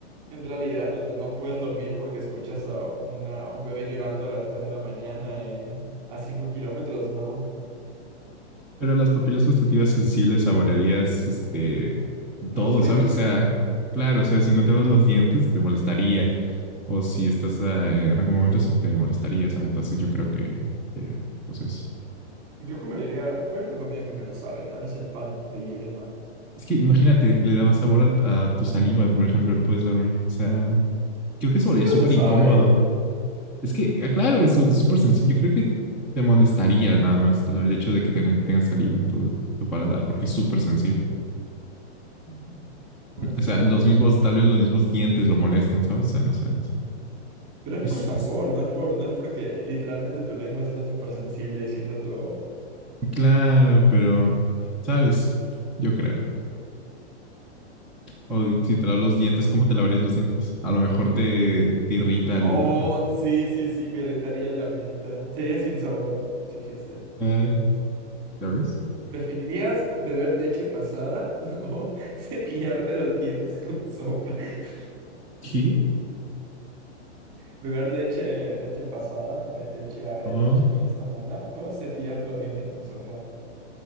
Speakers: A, on the right; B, in the centre.
A: en realidad donde no puedes dormir porque escuchas a, una, a un bebé llorando a las 3 de la mañana en, a 5 kilómetros, no.
B: Pero las papilas gustativas sensibles saborearías este
A: No,
B: todo,
A: solo
B: ¿sabes?
A: y te mueres.
B: O sea, claro, o sea, si no te lavas los dientes te molestaría. O si estás ah, en algún momento se te molestaría, ¿sabes? Entonces yo creo que, que pues eso.
A: Yo comería, ¿cuál es la comida que menos sabe? Tal vez el pan de yema.
B: Es que imagínate, le daba sabor a, a tu saliva, por ejemplo, no puedes dormir. O sea, creo que
A: ¿En
B: se
A: serio
B: volvería súper
A: no sabe?
B: incómodo. Es que, ah, claro, es su- súper sencillo. Yo creo que te molestaría nada más el hecho de que ten- tengas saliva en tu, tu paladar, porque es súper sensible.
A: Mm, Puede ser.
B: O sea, los mismos, tal vez los mismos dientes lo molesten, ¿sabes? O sea, no sé. No sé.
A: Pero es
B: Es,
A: por sabor,
B: es-
A: no es por, no es porque literalmente tu lengua está súper sensible y sienta todo.
B: claro, pero, ¿sabes? Yo creo. O si te lavas los dientes, ¿cómo te lavarías los dientes? A lo mejor te, te irrita el...
A: Oh, sí, sí, sí, me irritaría la menta. Sería sin sabor, si existe.
B: Claro, ¿Ya ves?
A: ¿Preferirías beber leche pasada <laughs> o cepillarte los dientes con sopa? <laughs>
B: ¿Qué?
A: ¿Beber leche, leche pasada, be- leche agria,
B: O
A: leche que ya está mala o cepillarte los dientes con sopa?